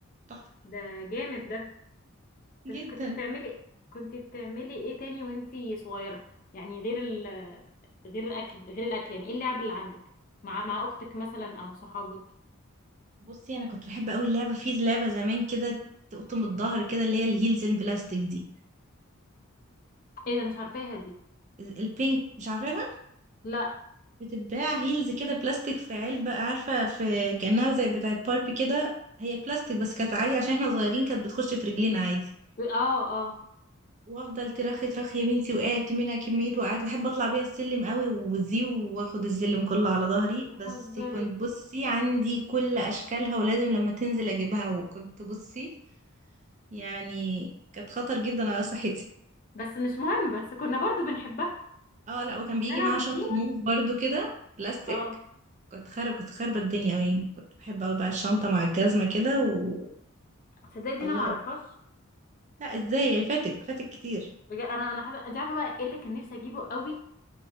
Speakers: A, on the right; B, on the left.
A: تحفة
B: ده جامد ده
A: جدا
B: طب انت كنت بتعملي كنت بتعملي ايه تاني وانت صغيره يعني غير ال غير الاكل غير الاكل يعني ايه اللعب اللي عندك مع مع اختك مثلا او صحابك
A: بصي انا كنت بحب قوي اللعبة في لعبة زمان كده تقطم الظهر كده اللي هي الهيلز البلاستيك دي
B: ايه ده مش عارفاها دي
A: البينك مش عارفة
B: لا
A: بتتباع هيلز كده بلاستيك في علبة عارفة في كأنها زي بتاعة باربي كده هي بلاستيك بس كانت عادي عشان احنا صغيرين كانت بتخش في رجلينا عادي
B: ب- اه اه
A: وافضل ترخي ترخي يا بنتي وقعت منها كمية وقعت واحب اطلع بيها السلم قوي وزي واخد السلم كله على ظهري
B: بتهزري
A: بس كنت بصي عندي كل اشكالها ولازم لما تنزل اجيبها وكنت بصي يعني كانت خطر جدا على صحتي
B: بس مش مهم بس كنا برضو بنحبها
A: اه لا وكان بيجي
B: انا
A: معاها
B: والدي
A: شنطة موف برضو كده بلاستيك
B: اه
A: كنت خارب كنت خاربة الدنيا أوي يعني كنت بحب أوي بقى الشنطة مع الجزمة كده و
B: تصدقي دي
A: الله
B: انا ما اعرفهاش
A: لا ازاي فاتك فاتك كتير
B: بجد انا انا حاسه انت عارفه بقى ايه اللي كان نفسي اجيبه قوي